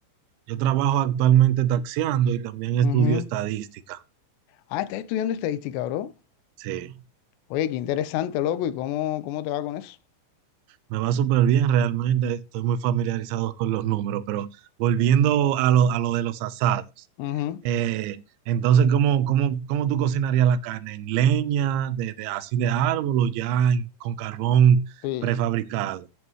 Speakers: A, on the right (about 80°); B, on the left (about 75°).
A: yo trabajo actualmente taxiando y también estudio
B: Ujú.
A: estadística.
B: Ah, estás estudiando estadística, bro.
A: Sí.
B: Oye, qué interesante, loco. ¿Y cómo, cómo te va con eso?
A: Me va súper bien realmente, estoy muy familiarizado con los números, pero volviendo a lo, a lo de los asados,
B: Ujú.
A: eh, entonces, ¿cómo, cómo, cómo tú cocinarías la carne? ¿En leña, de, de- así de árbol o ya en- con carbón
B: Sí.
A: prefabricado?